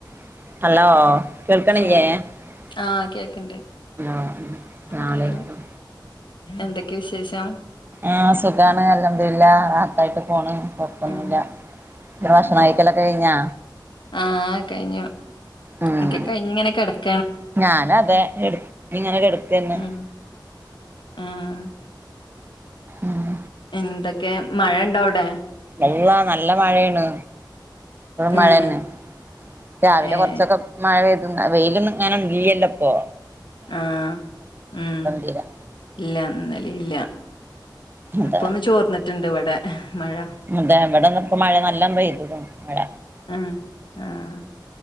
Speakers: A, on the right (about 25°); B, on the left (about 80°).
A: Hello കേൾക്കണില്ല് പരം ആഹ ഒന്ന് ബസ്സ്
B: ആഹ്
A: പോയിന്റ്. ആ...
B: ആഹ് കേക്കണ്ടേ
A: അസ്സലാമലൈക്കും
B: പറയ. എന്തൊക്കെ വിശേഷം.
A: ആഹ് സുഖാണ് അൽഹംദുലില്ലാ റാഹത്തായിട്ട് പോണ്. കുഴപ്പൊന്നുമില്ല
B: ഉം
A: ഇ
B: ഉം
A: ഭക്ഷണം കഴിക്കലൊക്കെ കഴിഞ്ഞാ
B: ആഹ് കഴിഞ്ഞു
A: ഉം
B: ഒക്കെ കഴിഞ്ഞ് ഇങ്ങനെ കിടക്കാ
A: ഞാനും അതെ എടു ഇങ്ങനെ കേടക്കുന്നെ.
B: ഉം ആഹ്
A: ഉം
B: എന്തൊക്കെ മഴ ഉണ്ടോ അവിടെ.
A: അള്ളാ നല്ല മഴയാണ്. മഴ
B: ഏഹ്
A: തന്നെ രാവിലെ
B: ഏഹ്
A: കുറച്ചൊക്കെ മഴ പെയ്തു. വെയിലൊന്നും ഇങ്ങനെ ഇല്ല്യലോ ഇപ്പോ.
B: ആഹ് ഉം
A: തീരെ
B: ഇല്ല ഇന്നലെ ഇല്ല.
A: അതെ
B: ഇപ്പൊന്ന് ചോർന്നിട്ടുണ്ട് ഇവിടെ. മഴ
A: അതെ വടെ ഇപ്പ മഴ നല്ലോ. പെയ്തുകുണുമഴ
B: ഉം ആഹ.